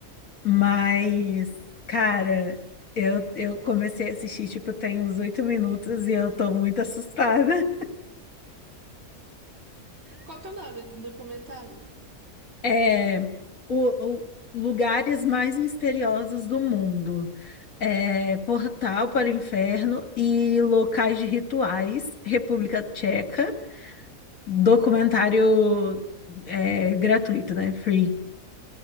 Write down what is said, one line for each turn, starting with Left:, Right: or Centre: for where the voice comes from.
Left: mas, cara, eu, eu comecei a assistir, tipo, tem uns oito minutos e eu tô muito assustada.
Right: Qual que é o nome do documentário?
Left: É, o, o- lugares mais misteriosos do mundo. É, Portal para o Inferno e Locais de Rituais, República Tcheca. Documentário é, gratuito, né? Free,